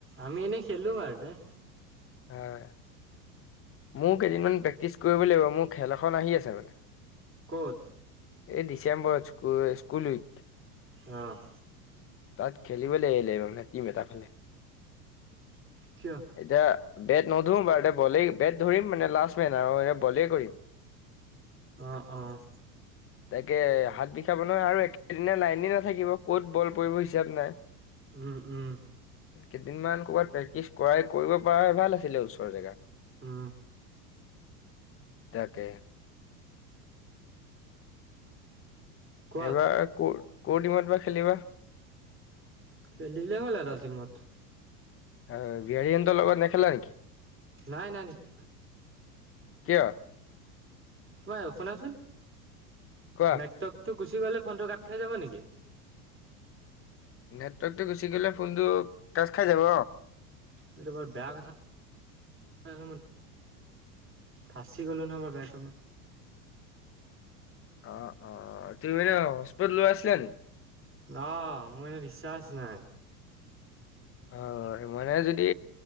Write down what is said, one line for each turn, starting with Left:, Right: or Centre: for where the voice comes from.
Right: আমি এনেই খেলোঁ বাৰু দে।
Left: হয়। মোৰ কেইদিনমান প্ৰেক্টিছ কৰিব লাগিব। মোৰ খেল এখন আহি আছে মানে।
Right: ক'ত?
Left: এই ডিচেম্বৰত স্কুল-স্কুল উইক।
Right: অহ'।
Left: তাত খেলিবলৈ লাগিব মানে, টিম এটা ফালে।
Right: কিয়
Left: এতিয়া বেট নধৰো বাৰু। এ বলেই বেট ধৰিম মানে, লাষ্ট মেন আৰু। এনেই বলেই কৰিম।
Right: অহ', অহ'।
Left: তাকে হাত বিষাব নহয়। আৰু একেদিনাই লাইনে নাথাকিব। ক'ত বল পৰিব হিচাপ নাই।
Right: উম', উম'।
Left: কেইদিন মান ক'ৰবাত প্ৰেক্টিছ কৰাই, কৰিব পৰা হ'লে ভাল আছিলে ওচৰৰ জেগাত।
Right: অ
Left: তাকে
Right: কোৱা
Left: এইবাৰ কৰ টিমত বা খেলিবা
Right: খেলিলে হ'ল আৰু এটা টিমত
Left: আৰু বিয়াৰীহঁতৰ লগত নেখেলা নেকি
Right: নাই নাই নিশ্চয়।
Left: কিয়?
Right: এই শুনাচোন।
Left: কোৱা?
Right: নাইট্ৰপটো গোছাই উঠি গ'লে ফোনটো কাট খাই যাব নেকি?
Left: নেটৱৰ্কটো গুচি গ'লে কোনটো কাজ খাই যাব
Right: এইটো বৰ বেয়া কথা নহয়, মই ফাঁচি গ'লোঁ নহয় ব বাইকমান
Left: অ অ তুমি হস্পিতালত আছিলা নেকি
Right: অ মোৰ এনেই বিশ্বাসা
Left: হয় মানে যদি